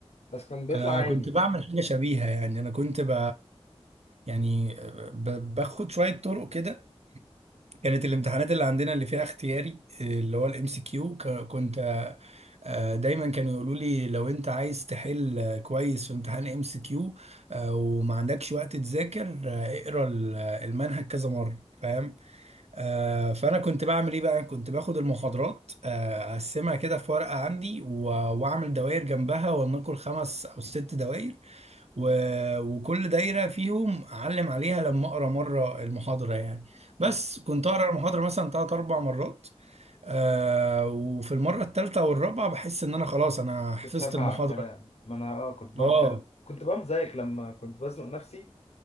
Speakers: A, on the left; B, on the right.
A: بس كان بيطلع
B: انا
A: عيني
B: كنت بعمل حاجه شبيهه يعني انا كنت ب... يعني ب... باخد شويه طرق كده كانت الامتحانات اللي عندنا اللي فيها اختياري اللي هو الام سي كيو كنت آه، دايما كانوا يقولوا لي لو انت عايز تحل آه، كويس في امتحان ام سي كيو وما عندكش وقت تذاكر آه، اقرا ال- المنهج كذا مره فاهم آه فانا كنت بعمل ايه بقى كنت باخد المحاضرات آه، اقسمها كده في ورقه عندي و- واعمل دوائر جنبها ولنقل خمس او ست دوائر و... وكل دايرة فيهم أعلم عليها لما أقرأ مرة المحاضرة يعني
A: مم.
B: بس كنت أقرأ المحاضرة مثلا تلات أربع مرات آه وفي المرة التالتة والرابعة بحس إن أنا خلاص أنا حفظت
A: بتشبع
B: المحاضرة
A: على الكلام ما انا اه كنت بعمل
B: آه
A: كده كنت بعمل زيك لما كنت بزنق نفسي